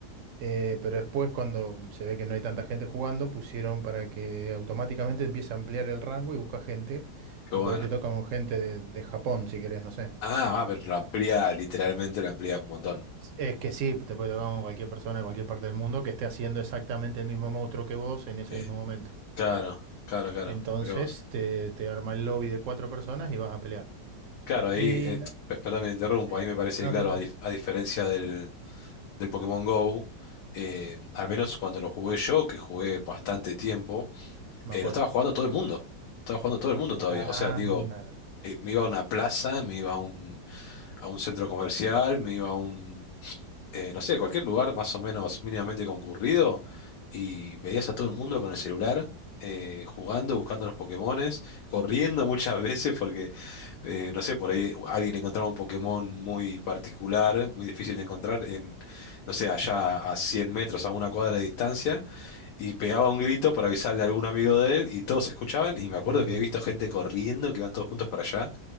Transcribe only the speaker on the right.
Eh, pero después, cuando se ve que no hay tanta gente jugando, pusieron para que automáticamente empiece a ampliar el rango y busca gente.
Y por ahí te tocan con gente de, de Japón, si querés, no sé.
Es que sí, te puede tocar con cualquier persona de cualquier parte del mundo que esté haciendo exactamente el mismo monstruo que vos en ese
mismo momento.
Entonces
te, te arma el lobby de cuatro personas y vas a pelear.
Y
la-
sí,
no,
sí, sí,
me
acuerdo.
Claro.
sí.